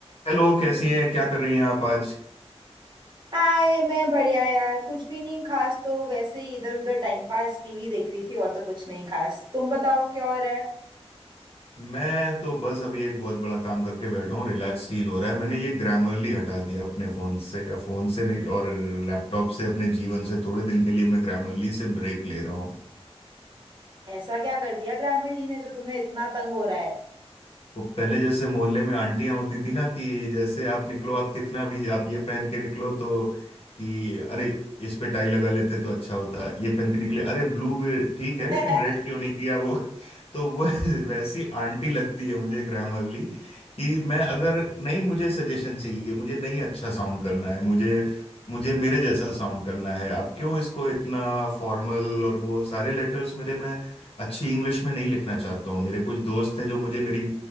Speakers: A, on the left; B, on the right.
A: Hello कैसी हैं क्या कर रही हैं आप आज
B: हाय मैं बढ़िया यार कुछ भी नहीं खास तो वैसे ही इधर उधर टाइम पास टीवी देख रही थी और तो कुछ नहीं खास तुम बताओ क्या हो रहा है
A: मैं तो बस अभी एक बहुत बड़ा काम करके बैठा हूँ रिलैक्स फील हो रहा है मैंने ये ग्रामरली हटा दिया अपने फ़ोन से फ़ोन से नहीं और लैपटॉप से अपने जीवन से थोड़े दिन के लिए मैं ग्रामरली से ब्रेक ले रहा हूँ
B: ऐसा क्या कर दिया ग्रामीण ली ने जो तुम्हें इतना तंग हो रहा है
A: वो पहले जैसे मोहल्ले में आंटियां होती थी ना कि जैसे आप निकलो आप कितना भी आप ये पहन के निकलो तो कि अरे इस पे टाई लगा लेते तो अच्छा होता ये पहन के निकले अरे ब्लू भी ठीक
B: <laughs>
A: है लेकिन रेड क्यों नहीं किया वो <laughs> तो वो वैसी आंटी लगती है मुझे ग्रैमरली कि मैं अगर नहीं मुझे सजेशन चाहिए मुझे नहीं अच्छा साउंड करना है मुझे मुझे मेरे जैसा साउंड करना है आप क्यों इसको इतना फॉर्मल और वो सारे लेटर्स मेरे में अच्छी इंग्लिश में नहीं लिखना चाहता हूँ मेरे कुछ दोस्त हैं जो मुझे मेरी